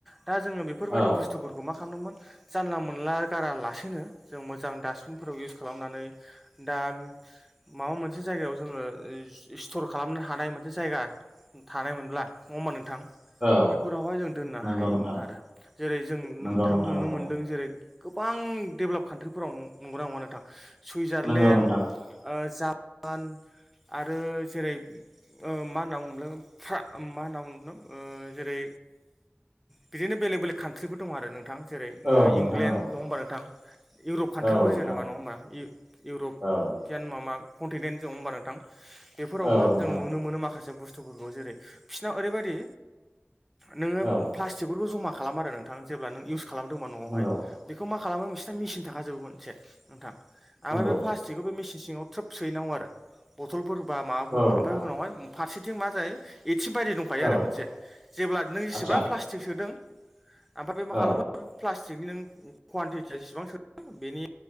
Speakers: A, in the centre; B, on the right.
A: दा जोङो बेफोरबायदि
B: औ औ
A: बुस्थुफोरखौ मा खालाम जानला मोन गाैनो जों मोजां बिनावउनानै दा माबा मोनसे जायगायाव जोङो स्टर खालामनो हानाय मोनसे जायगा थानायमोनब्ला नङा हबा नोंथां।
B: औ
A: बेफोरावहाय जों दोननो
B: नंगौ
A: हायोमोन
B: नोंथां
A: आरो जेरै जों नोंथां
B: नंगौ
A: नुनो
B: नंगौ
A: मोनदों जेरै गोबां डेभेलप कान्ट्रिफोराव नंगौना नंङा नोंथां सुइजारलेण्ड
B: नंगौ नोंथां
A: ओ जापान आरो जेरै मा होनना बुंदों मा होनना बु जेरै बिदिनो बेलेग बेलेक कान्ट्रिफोर दङ आरो नोंथां जेरै
B: औ नोंथां
A: इंलेण्ड
B: औ
A: नङा हबा नोंथां। इउरप काान्ट्रिफोर
B: औ नोंथां
A: जेनेबा नङा होमबा इउरपियान
B: औ
A: माबा कन्टिनेन्ट जोंङ होमबा नोंथां बेफोरावबो
B: औ नोंथां
A: जों नुनो मोनो माखासे मासे बुस्थुफोरखौ जेरै बिसिरनाव ओरैबायदि नोङो
B: औ
A: प्लास्टिकफोरखौ जमा खालाम आरो नोंथां जेब्ला नों इउस खालामदोंबा न'आवहाय
B: नंगौ
A: बेखौ मा खालामो बिसोरना मेसिन थाखाजोबोमोन मोनसे नोंथां ओमफ्राय
B: नंगौ
A: बे प्लास्टिकखौ बे मेचन सिङाव थ्रोब सोहैनांगौ आरो बथलफोर होबा माबाफोर
B: औ
A: ह
B: नोंथां
A: होा ओमफ्राय उावाय फारसेथिं मा जायो आसिम बायदि दंखायो
B: औ
A: आरो मोनसे जेब्ला नों जेसेबां
B: आदसा
A: प्लास्टिक सोदों ओमफ्राय बे मा खालामो
B: औ
A: प्लास्टिकनि नों कुवानटिटिया जेसेबां सोद बेनि